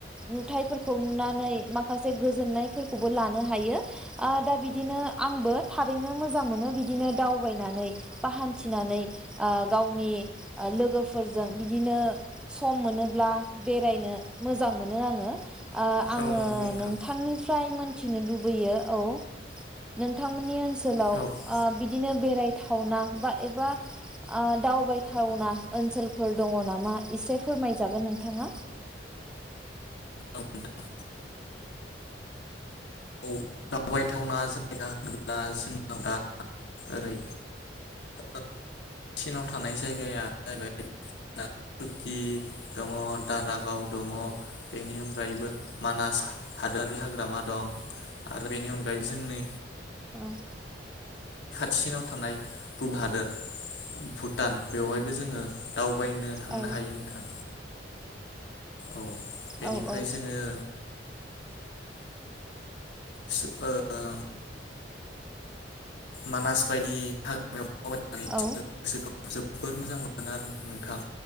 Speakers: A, in the centre; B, on the left.
A: नुथाइफोरखौ नुनानै माखासे गोजोननाय फोरखौबो लानो हायो। आ दा बिदिनो आंबो खारैनो मोजां मोनो बिदिनो दावबायनानै बा हान्थिनानै ओ गावनि ओ लोगोफोरजों बिदिनो सम मोनोब्ला बेरायनो मोजां मोनो आंङो। ओ आङो
B: औ नंगौ नोंथां
A: नोंथांनिफ्राय मोनथिनो लुब लैयो औ नोंथांमोननि ओ सोलाव
B: औ
A: आ बिदिनो बेरायथावना बा एबा आ दावबायथावना ओनसोलफोर दङ नामा एसे फोरमायजागोन नोंथाङा
B: औ नोंथां औ दावबायथावना जायगा होनोब्ला जोंनाव दा ओरै ओ थिनाव थानाय जायगाया जाहैबाय कुकि दङ दारागाव दङ बेनि अनगायैबो मानास हादरारि हाग्रामा दं आरो बेनि अनगायैबो जोंनि
A: औ
B: सिनाव थानाय गुबु हादोर भुटान बेवहायबो जोङो दाव बायनो थांनो
A: औ
B: हायो नोंथां। औ बेनिफ्राय
A: औ औ
B: जोंङो सो ओ मानास बायदि हा <unintelligible> <unintelligible>
A: औ
B: जोबोर मोजां मो नो आरो नोंथां